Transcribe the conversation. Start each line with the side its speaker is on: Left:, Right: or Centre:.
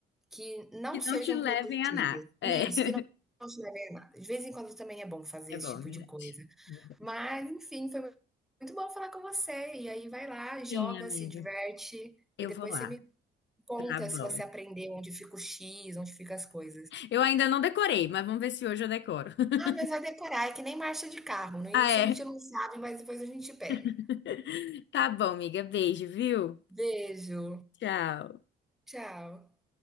Centre: que não
Left: que
Centre: sejam
Left: não te levem
Centre: produtivas.
Left: a nada. É,
Centre: Isso,
Left: <laughs>
Centre: que não não te levem a nada. De vez em quando também é bom fazer
Left: é
Centre: esse
Left: bom,
Centre: tipo
Left: é verdade.
Centre: de coisa.
Left: é verdade.
Centre: Mas, enfim, foi muito bom falar com você. E aí vai lá, joga,
Left: Sim, amiga.
Centre: se diverte
Left: Eu
Centre: e depois
Left: vou lá.
Centre: você me conta
Left: Tá bom.
Centre: se você aprendeu onde fica o X, onde fica as coisas.
Left: Eu ainda não decorei, mas vamos ver se hoje eu decoro. <laughs>
Centre: Ah, mas vai decorar, é que nem marcha de carro. No início
Left: Ah, é.
Centre: a gente não sabe, mas depois a gente pega.
Left: <laughs> Tá bom, amiga. Beijo, viu?
Centre: Beijo.
Left: Tchau.
Centre: Tchau.